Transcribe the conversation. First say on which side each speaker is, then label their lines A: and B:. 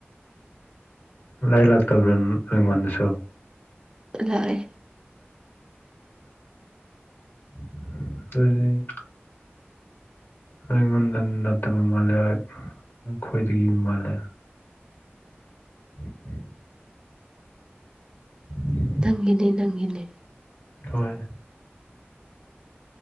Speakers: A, on the left (about 65°); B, on the right (about 20°).
A: ꯂꯥꯏ ꯂꯥꯛꯇꯕ꯭ꯔꯥ ꯅ ꯑꯩꯉꯣꯟꯗꯁꯨ
B: ꯂꯥꯑꯦ
A: <unintelligible> ꯅꯪꯉꯣꯟꯗ ꯅꯠꯇꯕ ꯃꯥꯜꯂꯦ ꯑꯈꯣꯏꯗꯒꯤ ꯃꯥꯜꯂꯦ ꯎꯝ ꯎ
B: ꯅꯪꯒꯤꯅꯦ ꯅꯪꯒꯤꯅ‌ꯦ
A: ꯍꯣꯏ